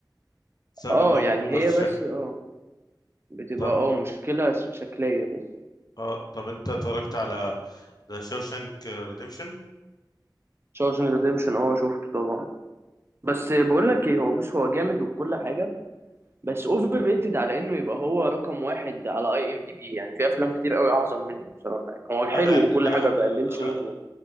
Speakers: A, on the left; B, on the right.
A: بسبب
B: اه
A: انهم
B: يعني
A: بس
B: هي بس
A: شكل
B: اه بتبقى
A: طب
B: اه مشكلة ش- شكلية بس
A: اه طب انت اتفرجت على ذا شوشانك ريديمشن
B: شوشنج ريديمشن اه شفته طبعا بس بقول لك ايه هو بص هو جامد وكل حاجة بس اوفر ريتد على انه يبقى هو رقم واحد على اي ام دي بي يعني في افلام كتير قوي اعظم منه بصراحة يعني هو حلو
A: غري...
B: وكل
A: لا...
B: حاجة بقللش
A: لا...
B: منه